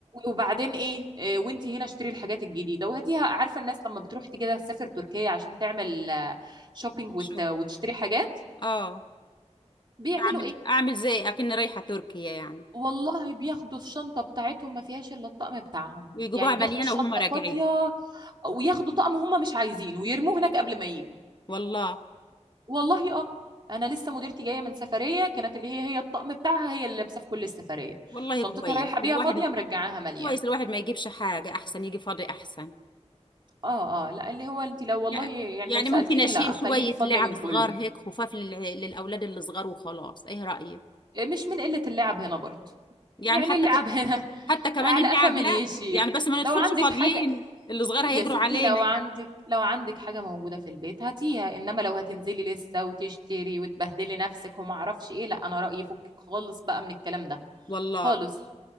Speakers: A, on the right; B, on the left.
A: وبعدين ايه آه، وانتي هنا اشتري الحاجات الجديده وهاتيها عارفه الناس لما بتروح تيجي كده تسافر تركيا عشان تعمل شوبينج
B: شوف
A: وتشتري حاجات
B: اه
A: بيعملوا
B: اعمل
A: ايه
B: اعمل زي اكن رايحه تركيا يعني
A: والله بياخدوا الشنطه بتاعتهم ما فيهاش الا الطقم بتاعهم
B: ويجيبوها
A: يعني بياخدوا
B: مليانه
A: الشنطه
B: وهم راجعين
A: فاضيه وياخدوا طقم هم مش عايزينه ويرموه هناك قبل ما يجوا
B: والله
A: والله اه انا لسه مديرتي جايه من سفريه كانت اللي هي هي الطقم بتاعها هي اللي لابسه في كل السفريه
B: والله
A: شنطتها
B: كويس
A: رايحه بيها
B: الواحد
A: فاضيه مرجعاها مليان
B: كويس الواحد ما يجيبش حاجه احسن يجي فاضي احسن
A: اه اه لا اللي هو انت لو والله
B: يعني
A: يعني
B: يعني
A: لو سألتيني
B: ممكن اشيل
A: لا
B: شويه
A: خليكي فاضية
B: لعب
A: من كله
B: صغار هيك خفاف لل... للاولاد اللي صغار وخلاص ايه رايك
A: يعني مش من قلة اللعب هنا برضه يعني
B: يعني حتى
A: اللعب
B: ك...
A: هنا
B: حتى
A: <laughs>
B: كمان
A: على
B: اللعب
A: قفا من
B: لا
A: يشيل
B: يعني بس ما ندخلش
A: لو عندك
B: فاضيين
A: حاجة
B: اللي صغار
A: يا
B: هيجروا
A: ستي
B: علينا
A: لو عندك
B: يعني
A: لو عندك حاجة موجودة في البيت هاتيها انما لو هتنزلي لسه وتشتري وتبهدلي نفسك وما اعرفش ايه لا انا رأيي فكك خالص بقى من الكلام ده
B: والله
A: خالص